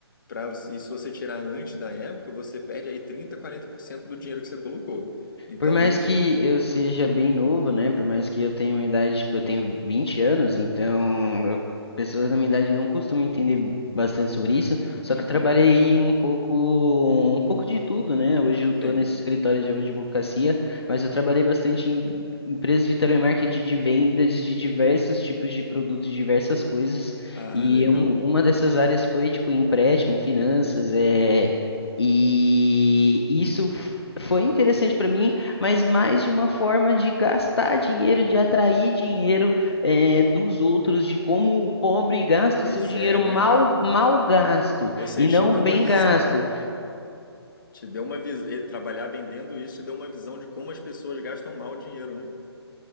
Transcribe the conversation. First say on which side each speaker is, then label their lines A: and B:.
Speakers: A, on the left (about 50°); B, on the left (about 70°).
A: Pra, e se você tirar antes da época, você perde aí trinta quarenta por cento do dinheiro que você colocou. Então
B: Por mais
A: isso.
B: que eu seja
A: Oi.
B: bem novo, né? Por mais que eu tenha uma idade, tipo, eu tenho 20 anos, então eu- pessoas da minha idade não costumam entender bastante sobre isso. Só
A: Uhum,
B: que eu trabalhei um pouco, um pouco de tudo, né? Hoje eu
A: sim.
B: tô nesse escritório de advocacia, mas eu trabalhei bastante em empresas de telemarketing, de vendas de diversos tipos de produtos, diversas coisas.
A: Ah,
B: E
A: legal.
B: um- uma dessas áreas foi, tipo, empréstimo, finanças, é... E isso f- foi interessante para mim, mas mais de uma forma de gastar dinheiro, de atrair dinheiro eh, dos outros, de como o pobre gasta
A: Pois
B: o seu dinheiro
A: é, né,
B: mal,
A: cara?
B: mal gasto
A: Ou seja,
B: e não
A: te deu
B: bem
A: uma visão.
B: gasto.
A: Te deu uma visão. Trabalhar vendendo isso te deu uma visão de como as pessoas gastam mal o dinheiro, né?